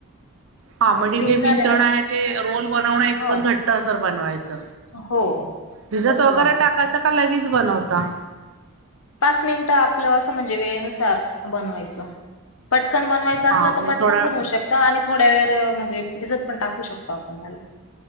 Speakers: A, on the right; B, on the left.
A: हा म्हणजे
B: स्टीम
A: जे मिश्रण
B: झाल्यानंतर
A: आहे ते रोल बनवणं एकपर
B: ह
A: घट्ट असेर बनवायचं.
B: हो
A: भिजत
B: तसं
A: वगैरे
B: बनवायचं
A: टाकायचं का? लगेच बनवता.
B: पाच मिनिटं आपलं असं म्हणजे वेळेनुसार बनवायचं, पटकन बनवायचं असलं
A: हा म्हणजे
B: तर पटकन
A: थोडा
B: पणन होऊ शकत. आणि थोड्या वेळ म्हणजे भिजत पण टाकू शकतो आपण त्याला